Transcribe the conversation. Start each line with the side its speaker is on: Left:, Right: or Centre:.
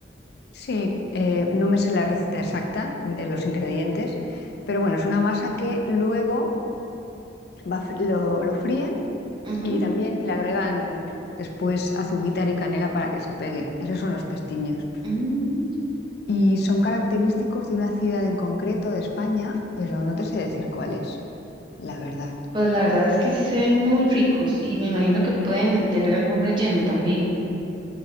Left: sí, eh, no me sé la receta exacta de los ingredientes, pero bueno, es una masa que luego va fr- lo, lo fríen
Right: ujú,
Left: y también le agregan después azúcar y canela para que se pegue. Esos son los pestiños.
Right: mm.
Left: Y son característicos de una ciudad en concreto de España, pero no te sé decir cuál es, la verdad.
Right: Pues la verdad es que sí se ven muy ricos y me imagino que pueden tener algún relleno también.